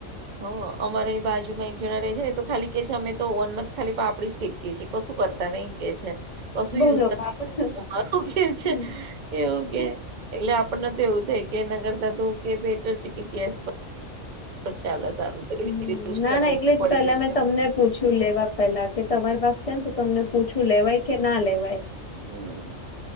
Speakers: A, on the right; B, on the left.
A: હા અમારે એ બાજુમાં એક જણા રે છે ને તો ખાલી કે છે અમે તો ઓવન માં જ ખાલી પાપડી શીખ કે છે કશું કરતા નહ કે છે કશું
B: બોલો
A: યુઝ
B: આપડે
A: અરું કે છે
B: હમ
A: એવું કે એટલે આપણને તો એવું થાય કે એના કરતા તો કે બેટર છે કે ગેસ પર ચાલ સારું
B: હ
A: લીધેલું
B: ના
A: છે, અમારે
B: ના એટલે જ
A: પડી
B: પેલા
A: રહેશે
B: મેં તમને પૂછ્યું લેવા પેલા કે તમારી પાસે છે ને તો તમને પૂછું લેવાય કે ના લેવાય
A: હમ